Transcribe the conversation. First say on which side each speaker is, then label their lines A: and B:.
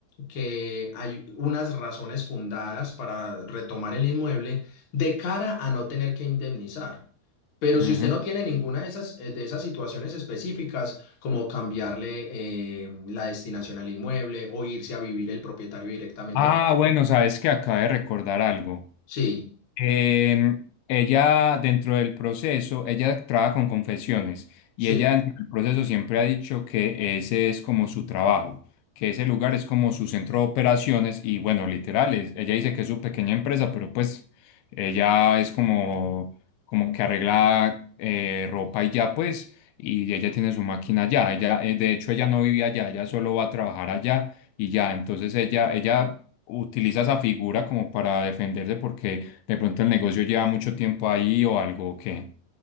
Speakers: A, on the left; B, on the left.
A: que hay unas razones fundadas para retomar el inmueble de cara a no tener que indemnizar. Pero si
B: Ujú.
A: usted no tiene ninguna de esas, eh, de esas situaciones específicas, como cambiarle eh, la destinación al inmueble o irse a vivir el propietario directamente
B: Ah,
A: allá.
B: bueno, sabes que acabé de recordar algo.
A: Sí,
B: Em, ella, dentro del proceso, ella trabaja con confesiones
A: sí.
B: y ella dentro del proceso siempre ha dicho que ese es como su trabajo, que ese lugar es como su centro de operaciones y bueno, literal, es- ella dice que es su pequeña empresa, pero pues ella es como, como que arregla eh, ropa y ya pues, y ella tiene su máquina allá, ella, eh, de hecho ella no vive allá, ella solo va a trabajar allá y ya, entonces ella, ella utiliza esa figura como para defenderse porque de pronto el negocio lleva mucho tiempo ahí o algo, ¿o qué?